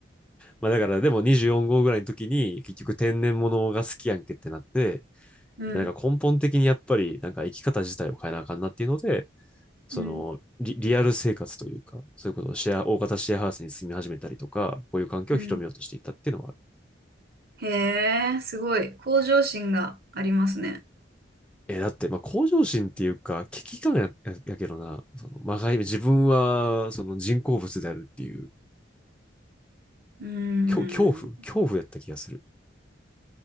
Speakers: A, in the centre; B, on the right (about 55°).
A: まあだからでも24号ぐらいの時に結局天然物が好きやんけってなって、
B: うん。
A: なんか根本的にやっぱりなんか生き方自体を変えなあかんなっていうので、そのリリアル生活というか、
B: うん。
A: そういうことをシェア、大型シェアハウスに住み始めたりとか、こういう環境を広めようとしていたっていうのは
B: うん。へえ、すごい。向上心がありますね。
A: え、だって、まあ、向上心っていうか、危機感や、ややけどな、その、まがい、自分は、その人工物であるっていう、
B: うん。
A: 恐恐怖恐怖やった気がする。